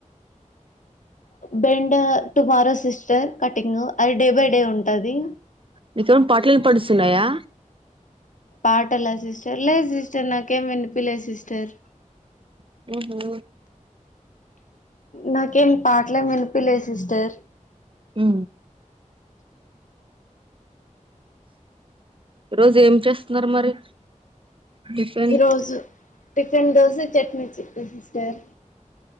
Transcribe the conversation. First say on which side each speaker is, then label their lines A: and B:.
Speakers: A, on the left; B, on the right.
A: బెండా టుమారో సిస్టర్ కటింగు అది డే బై డే ఉంటది
B: నికేమైన పాటలు ఇనపడిస్తున్నాయా
A: పాటలా సిస్టర్ లేదు సిస్టర్ నాకేం వినిపియలేదు సిస్టర్
B: మ్ హు
A: నాకేం పాటలేం వినిపియలేదు సిస్టర్
B: మ్ ఈరోజు ఏం చేస్తున్నారు మరి టిఫి
A: ఈరోజు టికెన్ దోశ చట్ని సిస్టర్